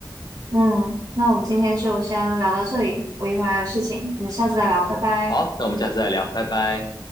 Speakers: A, on the right; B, on the left.
A: 嗯，那我们今天就先聊到这里，
B: 嗯，
A: 我一会儿还有事情，我们下次再聊，
B: 好，
A: 拜拜。
B: 好，那我们下次再聊，拜拜。